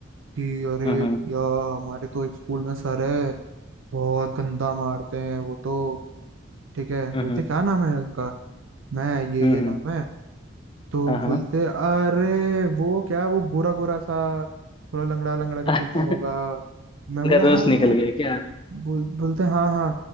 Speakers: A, on the right; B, on the left.
A: कि अरे
B: हम्म, हम्म।
A: भैया हमारे तो एक स्कूल में सर है बहुत गंदा मारते हैं वो तो ठीक है
B: हम्म
A: बोलते क्या नाम है उनका मैं ये
B: हम्म
A: ये नाम है तो
B: हाँ हाँ
A: बोलते अरे वो क्या वो गोरा गोरा सा थोड़ा लंगड़ा लंगड़ा के
B: <laughs>
A: चलता होगा
B: उनका
A: मैं बोला
B: दोस्त
A: हाँ हाँ,
B: निकल गया क्या
A: बोल बोलते हाँ हाँ